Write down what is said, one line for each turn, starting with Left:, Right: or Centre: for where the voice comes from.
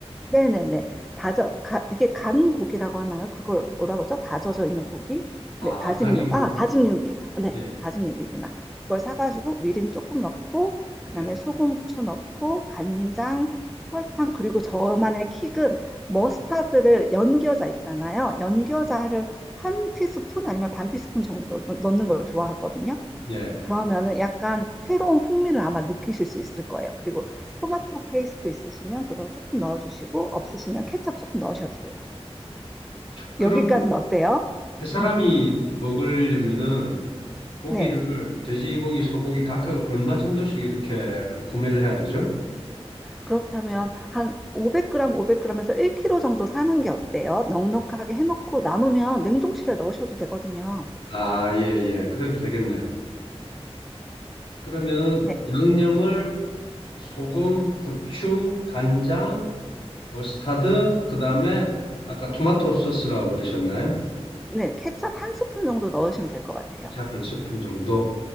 Centre: 네네네. 다져, 가, 이게 간 고기라고 하나요? 그걸 뭐라고 그러죠? 다져져 있는 고기?
Left: 아,
Centre: 네, 다짐육.
Left: 다진 고기.
Centre: 아, 다짐육이. 네,
Left: 예,
Centre: 다짐육이구나. 그걸 사가지고 미림 조금 넣고, 그
Left: 예,
Centre: 다음에 소금, 후추 넣고, 간장, 설탕, 그리고 저만의 킥은 머스타드를 연겨자 있잖아요. 연겨자를
Left: 예,
Centre: 한 티스푼 아니면 반 티스푼 정도 넣- 넣는 걸 좋아하거든요.
Left: 예.
Centre: 그러면은 약간 새로운 풍미를 아마 느끼실 수 있을 거예요. 그리고 토마토 페이스트 있으시면 그거 조금 넣어주시고 없으시면 케첩 조금 넣으셔도 돼요.
Left: 그러면
Centre: 여기까지는 어때요?
Left: 세 사람이
Centre: 어,
Left: 먹으려면은 고기를
Centre: 네.
Left: 돼지고기, 소고기 각각 얼마 정도씩 이렇게 구매를 해야 되죠?
Centre: 그렇다면 한 500g, 500g에서 1kg 정도 사는 게 어때요? 넉넉하게 해놓고 남으면 냉동실에 넣으셔도 되거든요.
Left: 아, 예, 예. 그래도 되겠네요. 그러면
Centre: 네.
Left: 양념을
Centre: 네,
Left: 소금, 후추, 간장, 머스타드, 그다음에 아까 토마토 소스라고 그러셨나요?
Centre: 네. 케첩 한 스푼 정도 넣으시면 될 것 같아요.
Left: 약 한 스푼 정도.